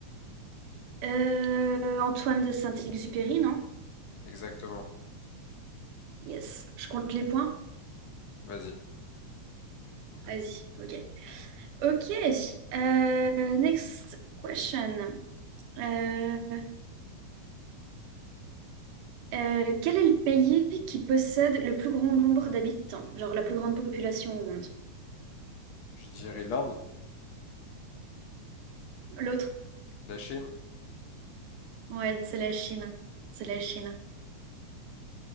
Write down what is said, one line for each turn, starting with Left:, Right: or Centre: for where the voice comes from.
Right: Euh, Antoine de Saint-Exupéry, non?
Left: Exactement.
Right: Yes, je compte les points.
Left: Vas-y.
Right: Vas-y, ok. Ok, euh, next question. Euh, euh, quel est le pays qui possède le plus grand nombre d'habitants? Genre la plus grande population au monde?
Left: Je dirais l'Inde,
Right: L'autre.
Left: la Chine.
Right: Ouais, c'est la Chine. C'est la Chine.